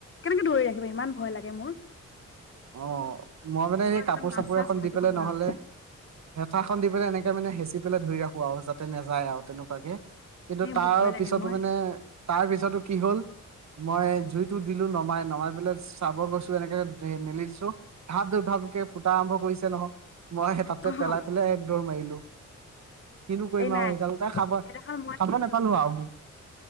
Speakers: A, on the left (about 40°); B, on the right (about 60°).
A: কেনেকে ধৰি ৰাখিবা ইমান ভয় লাগে মোৰ।
B: অহ, মই মানে সেই
A: একদম
B: কাপোৰ-চাপোৰ
A: মাছ চাছ
B: এখন
A: ভাজিব
B: দি পেলাই
A: নোৱাৰো
B: নহ'লে। হেঠাখন দি পেলাই এনেকে মানে হেঁচি পেলাই ধৰি ৰাখোঁ আৰু যাতে নাযায় আৰু তেনেকুৱাকে। কিন্তু
A: এই
B: তাৰপিছতো
A: মোৰ ভয় লাগে মই
B: মানে তাৰপিছতো কি হ'ল মই জুইতো দিলো নমাই, নমাই পেলাই চাবৰ গৈছো এনেকে মেলি দিছোঁ ধাপ-ধুপ ধাপ-ধুপ কে ফুটা আৰম্ভ কৰিছে নহয়, মই তাতে
A: অহ
B: পেলাই পেলে এক দৌৰ মাৰিলোঁ। কিনো কৰিম
A: এই নাই
B: আৰু সেই গালতে খাব,
A: সেইদিনাখন
B: খাব নাপালোঁ আৰু